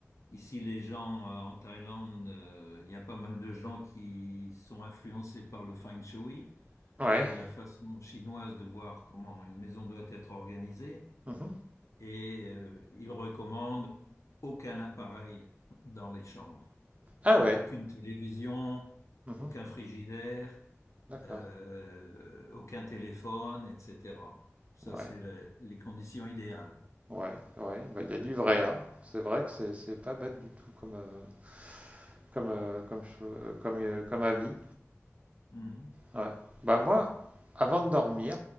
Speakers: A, on the left; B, on the right.
A: Ici, les gens euh, en Thaïlande, euh, il y a pas mal de gens qui sont influencés par le Feng Shui,
B: Ouais.
A: qui est la façon chinoise de voir comment une maison doit être organisée.
B: Mhm.
A: Et euh, ils recommandent aucun appareil dans les chambres,
B: Ah ouais.
A: aucune télévision,
B: Mhm.
A: aucun frigidaire,
B: D'accord.
A: euh, aucun téléphone, etc. Ça,
B: Ouais.
A: c'est les, les conditions idéales.
B: Ouais, ouais, bah il y a du vrai, hein. C'est vrai que c'est c'est pas bête du tout comme euh, comme euh, comme cho- euh, comme euh, comme avis.
A: Mhm.
B: Ouais. Bah moi, avant de dormir,